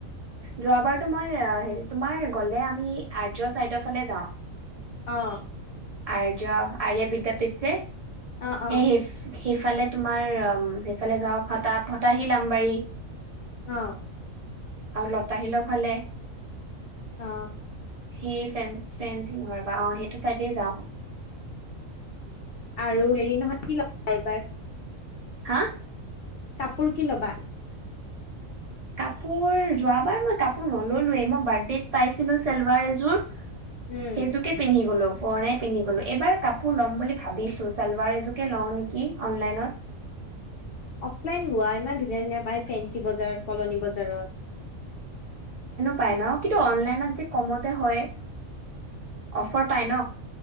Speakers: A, on the right; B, on the left.
A: যোৱাবাৰতো মই হেৰি তোমাৰ গ'লে আমি আৰ্য চাইদৰ ফালে যাওঁ
B: অ
A: আৰ্য আয় বিদ্যাপীঠ যে
B: অ অ অ
A: সেই স সিফালে তোমাৰ আমম হেটো সেফালে যাওঁ ফটা ফতাহিল আমবাৰী
B: অ
A: আৰু লতা শিলৰ ফালে
B: অ
A: সেই ফেন ফৰেনচিক ৰবা অ সেইটো চাইডে যাওঁ
B: আৰু হেৰি নহয় কি ললা এইবাৰ
A: হা
B: কাপোৰ কি ল'বা
A: কাপোৰ যোৱাবাৰ মই কাপোৰ নললোৱে মই বাৰ্থডেত পাইছিলো চালৱাৰ এযোৰ
B: উম
A: সেইযোকে পিন্ধি গলো পুৰনাই পিন্ধি গলো এইবাৰ কাপোৰ ল'ম বুলি ভাবিছো চালৱাৰ এজোৰকে লওঁ নিকি অনলাইনত
B: অফলাইন লোৱা ইমান ধু ধুনীয়া ধুনীয়া পাই ফেনচি বজাৰত কলনী বজাৰত
A: পায় ন কিন্তু অনলাইনত যে কমতে হয় অফাৰ পায় ন